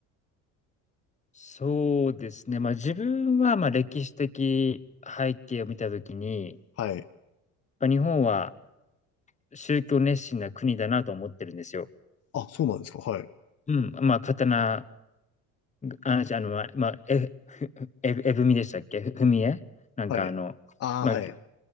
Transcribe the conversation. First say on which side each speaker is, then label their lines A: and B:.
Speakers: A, on the left; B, on the left.
A: そうですね。まあ自分は、まあ歴史的背景を見たときに、やっ
B: はい。
A: ぱ日本は宗教熱心な国だなと思ってるんですよ。
B: あ、そうなんですか、はい。
A: うん、まあ、刀あの、じあの、ま、ま、え、え、<laughs> えぶみでしたっけふふみえなんかあの、
B: はい。ああ、
A: まあ、
B: はい。